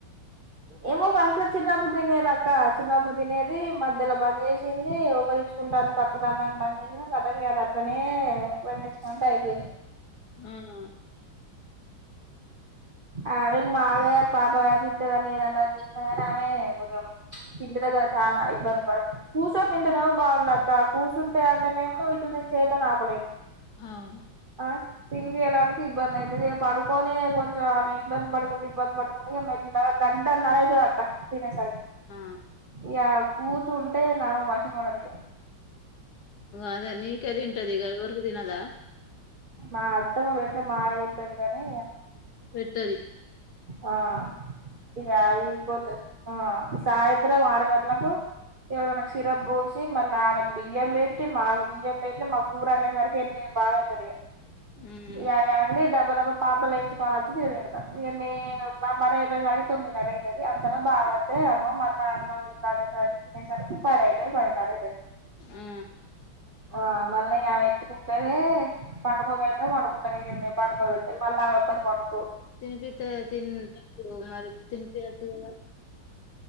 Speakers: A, on the right; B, on the left.
A: ఏమో ఫస్ట్లో చిన్నప్పుడు తినేది అక్క, చిన్నప్పుడు తినేది మధ్యలో బంద్ చేసింది, ఒకరు ఇచ్చుకుంటాంత కక్కుడాని బంద్ చేసింది, కద అది అట్నే బంద్ చేసంటే అయిపోయింది.
B: అవునా
A: ఆమెక్ మాగా పాప తింటారని ఏదంటా చేసినా కాని ఆమె కొంచెం ప్చ్ ఇంటి దగ్గర చాలా ఇబ్బంది పడత కూర్చొని తింటనేమో బాగుండ అక్క కూర్చుంటే అంటేనేమో ఇట్లు నేను చేతో నా ఆపలేను
B: అవును
A: ఆ లేయడానికి ఇబ్బంది అయితది ఇక పడుకొనే పన్ స ఆమె ఇబ్బంద పడుకుంట ఇబ్బంది బడుకుంట మెల్లగ గంటన్నర అయితది అక్క తినేసరికి
B: ఆ
A: యా పూ తూ ఉంటే నా మసిపడ దగ్గర
B: అదే నీకే ఇగ ఎవరికి తినదా
A: మా అత్తమ్మ పెడితే మాగా తింటది గాని
B: పెద్దది
A: ఆ ఇగ ఏ పోత ఆ సాయంత్రం ఆరు గంటలకు ఎవన క్షీరం బోసి మా నాన్నకు బియ్యం పెట్టి మాకు బియ్యం పెట్టి మా కూర అయ్యే సరికి ఎనిమిది బావ్ అయితదిగా
B: ఉమ్
A: యాద అండి దప్ పాపల నేతుకనొచ్చి ఈడ బెడతా ఇంగ నేను నా పని అయిపోయే వరకి తొమ్మిదిన్నర అయితది అంతలో బావోతే మళ్ళా అన్నం ఇల్లా అనే తినేసరికి పది అయితది పదిన్నర అయితది
B: ఆ
A: ఆ మల్లా యా య ఎత్తుకుంటనే పండుకో మాత్రం పండుకుంటది పడుకోబెట్టాలి మల్లా ఆమె ఒక్కటె పనుకోదు
B: తినిపితే తిన్ టపుడు మరి తినిపియచు కదా